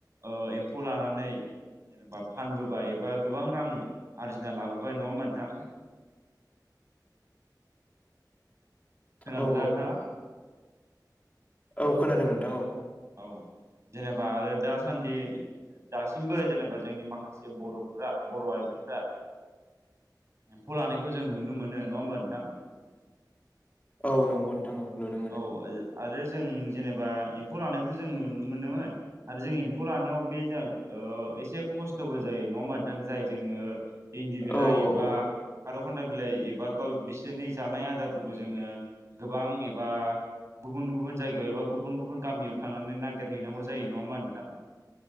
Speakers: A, on the right (about 40°); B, on the left (about 20°).
A: ओ एम्फौ लानानै जेनेबा फानबोबाय एबा गोबां रां आरजिना लाबोबाय नङा होमबा नोंथां? खोनादों
B: औ
A: दा
B: औ
A: नोंथाङा?
B: औ खोनादों नोंथां औ।
A: औ जेनेबा आरो दासान्दि दासिमबो जेनेबा जोंनि माखासे बर'फ्रा बर' आइजोफ्रा एम्फौ लानायखौ जों नुनो मोनो नङा होमबा नोंथां।
B: औ नंगौ। नोंथां औ नुनो मोनो
A: औ। आरो जों जेनेबा एम्फौ लानायखौथ जों नुनो मोनो आरो जों एम्फौ लानायाव बे जों ओ एसे खस्थबो जायो नङा होमबा नोंथां? जाय जोङो इन्दि बिलाइ
B: औ औ
A: बा
B: औ
A: खारौ खनदाइ बिलाइ एबा गाव बिसोरनि जानाय आदारफोरखौ जोङो गोबां एबा गुबुन गुबुन जायगायाव एबा गुबुन गुबुन गामियाव थांनानै नागिरहैनांगौ जायो नङा होमबा नोंथां?